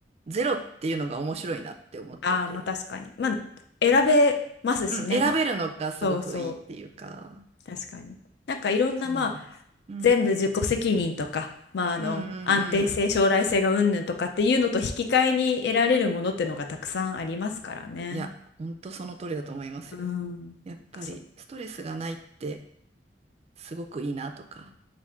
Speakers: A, on the right (about 35°); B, on the left (about 65°).
A: ゼロっていうのが面白いなって思ってて。
B: ああ、まあ確かに。まあ、選べますしね。
A: うん。選べるのがすごくいいっていうか。
B: まあ、そうそう、確かに。なんかいろんな、
A: そうなんです。
B: まあ、
A: うん。
B: 全部自己責任とか、まあ、あの、
A: うんうんうん。
B: 安定性、将来性が云々とかっていうのと引き換えに得られるものってのがたくさんありますからね。
A: いや、ほんとその通りだと思いますよ。
B: うん。なんかそ
A: やっぱりストレスがないってすごくいいなとか。